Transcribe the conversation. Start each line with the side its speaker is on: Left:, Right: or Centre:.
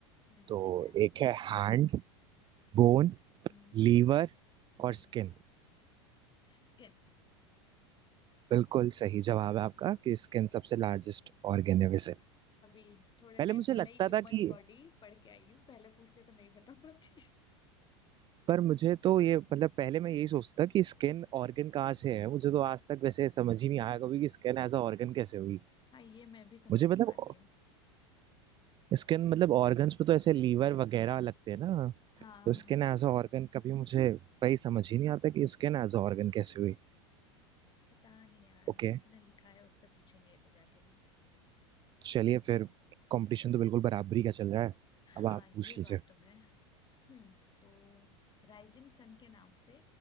Left: हम्म,
Right: तो
Left: ठीक है
Right: एक है हैंड बोन
Left: हम्म
Right: लीवर
Left: हम्म
Right: और स्किन
Left: स्किन
Right: बिल्कुल सही जवाब है आपका कि स्किन सबसे लार्जेस्ट ऑर्गन है वैसे
Left: अभी थोड़े
Right: पहले
Left: टाइम
Right: मुझे
Left: पहले
Right: लगता
Left: ही ह्यूमन
Right: था कि
Left: बॉडी पढ़ के आई हूँ पहले पूछते तो नहीं बता पाती
Right: पर मुझे तो ये मतलब पहले मैं यही सोचता था कि स्किन ऑर्गन कहाँ से है मुझे तो आज तक वैसे समझ ही नहीं आया कभी कि स्किन एज अ ऑर्गन कैसे हुई
Left: हाँ ये मैं भी समझ
Right: मुझे
Left: नहीं
Right: मतलब
Left: पाती हूँ
Right: स्किन मतलब ऑर्गन्स पे तो ऐसे लीवर वगैरह लगते हैं ना
Left: हाँ
Right: तो स्किन एज
Left: <laughs>
Right: अ ऑर्गन कभी मुझे वही समझ ही नहीं आता कि स्किन एज अ ऑर्गन कैसे हुई
Left: पता नहीं यार
Right: ओके
Left: जिसने लिखा है उससे पूछेंगे तो जाके हम
Right: चलिए फिर कंपटीशन तो बिल्कुल बराबरी का चल रहा है
Left: हाँ
Right: अब आप पूछ
Left: ये बात
Right: लीजिए
Left: तो है हम्म तो राइजिंग सन के नाम से